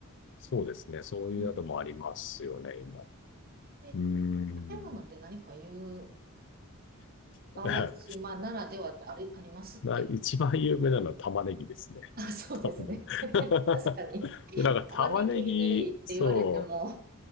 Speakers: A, on the left; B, on the right.
A: そうですね。そういう宿もありますよね、
B: うん
A: 今。う
B: え、
A: ーん。
B: 食べ物って何か言う、淡路島ならではってあれ、
A: <laughs> は
B: ありますっけ
A: いな一番有名なのは玉ねぎですね。
B: <laughs> あ、そうですね。
A: 多分
B: <laughs>
A: <laughs>
B: 確かに。
A: でなんか玉ねぎ、
B: 玉ねぎって言われても
A: そ